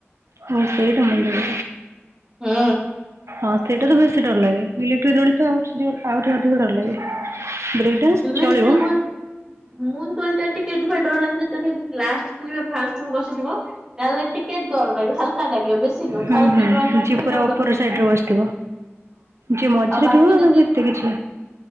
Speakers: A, on the right; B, on the right.
A: ହଁ ସେଇଟା ମୁଣ୍ଡ <inaudible>
B: ହୁଁ।
A: ହଁ ସେଇଟା ତ ବେଶୀ ଡର ଲାଗେ ଇଲେକ୍ଟ୍ରିକ ଦୋଳି ତ ଆହୁରି ଜୋର ଆହୁରି ଅଧିକ ଡର ଲାଗେ। ବ୍ରେକ୍ ଡ୍ୟାନ୍ସ
B: ଇଲେଟ୍ରିଦୋଳି
A: ଚଳିବ
B: ମୁଁ ଯେତେବେଳେ ଟିକେ ଏଥି ପାଇ ଡର ଯେତେ ପାଇଁ ଲଗେ କି ଲାଷ୍ଟ <unintelligible> ଫାର୍ଷ୍ଟ କୁ ବସିଥିବ ତାହେଲେ ଟିକେ ଗରମ ଲାଗିବ ହାଲକା ଲାଗିବ ବେଶୀ ନୁହେଁ
A: ହୁଁ
B: ଥରେ
A: ହୁଁ
B: ଯିଏ ନୂଆ ନୂଆ ଖେଳୁ
A: ପୁରା ଉପର ସାଇଡରେ ବସିଥିବ। ଯେ ମଝିରେ
B: ଆଉ ବାକି
A: ଥିବ ନା
B: ଯଦି
A: ତାକୁ ଏତେ କିଛି